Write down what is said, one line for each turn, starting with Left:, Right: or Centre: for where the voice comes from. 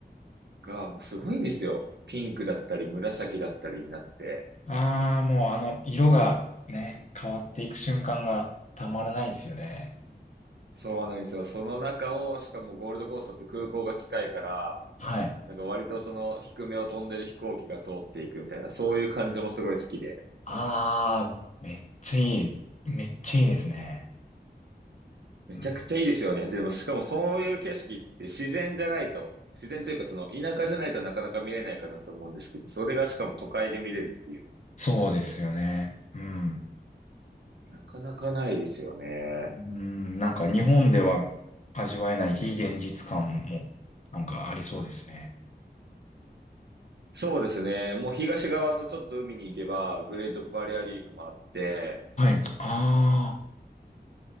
Right: がもうすごいんですよ。ピンクだったり紫だったりになって。
Left: あ、ああ、もうあの、色がね、変わっていく瞬間がたまらないですよね。
Right: そうなんですよ。その中を、しかもゴールドコーストって空港が近いから、
Left: はい。
Right: なんか割とその低めを飛んでる飛行機が通っていくみたいな、そういう感じもすごい好きで。
Left: ああ、めっちゃいい。めっちゃいいですね。
Right: めちゃくちゃいいですよね。
Left: うん、
Right: でもしかもそういう景色って自然じゃないと、自然というかその田舎じゃないとなかなか見れないかなと思うんですけど、それがしかも都会で見れるっていう、
Left: そうですよね。うん。
Right: なかなかないですよね。
Left: うん、なんか日本では味わえない非現実感も、なんかありそうですね。
Right: そうですね。もう東側のちょっと海に行けば、グレートバリアリーフもあって、
Left: はい。ああ、